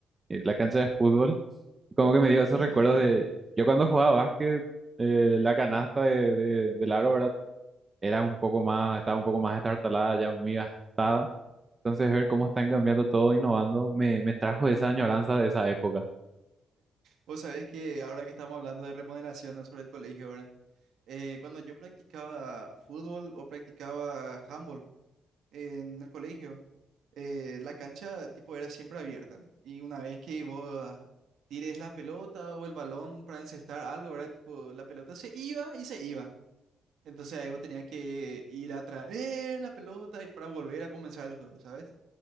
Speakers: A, on the right (about 20°); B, on the right (about 70°).
A: eh, la cancha de fútbol. Como que me dio esos
B: Sí.
A: recuerdos de yo cuando jugaba básquet, eh, la canasta de, de, del aro, ¿verdad? era un poco más, estaba un poco más estartalada, ya muy gastada. Entonces ver cómo están cambiando todo, innovando, me, me trajo esa añoranza de esa época.
B: Vos sabés que ahora que estamos hablando de remodelaciones sobre el colegio, ¿verdad? Eh, cuando yo practicaba fútbol o practicaba handball en el colegio, eh, la cancha tipo era siempre abierta. Y una vez que vos ah, tires la pelota o el balón para encestar algo, ¿verdad? Tipo, la pelota se iba y se iba. Entonces ahí vos tenías que ir a traer la pelota y para volver a comenzar el juego, ¿sabes?